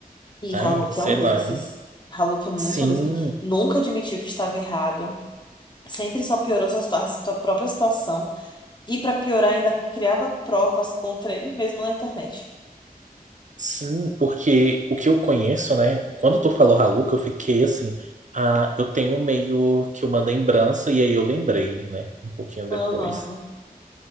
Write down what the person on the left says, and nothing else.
E
Haluca
é um
desses. Haluca é muito
um desses. Nunca admitiu que estava errado. Sempre só piorou sua, situa- sua própria situação. E pra piorar, ainda criava provas contra ele mesmo na internet.
Aham.